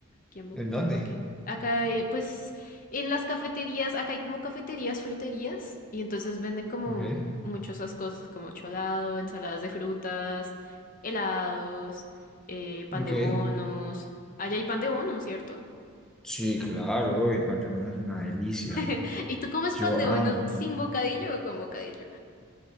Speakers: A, on the left; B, in the centre.
A: Aquí en Bogotá,
B: ¿En dónde?
A: porque acá, eh, pues, en las cafeterías, acá hay como cafeterías, fruterías, y entonces venden como
B: Ok.
A: muchas esas cosas, como cholado, ensaladas de frutas, helados, eh, pan
B: Ok.
A: de bonos. Allá hay pan de bono, ¿cierto?
B: Sí, claro, el Panteón es una delicia.
A: <laughs> ¿Y tú comes
B: Yo
A: pan de
B: amo
A: bono
B: el
A: sin
B: pabellón.
A: bocadillo o con bocadillo?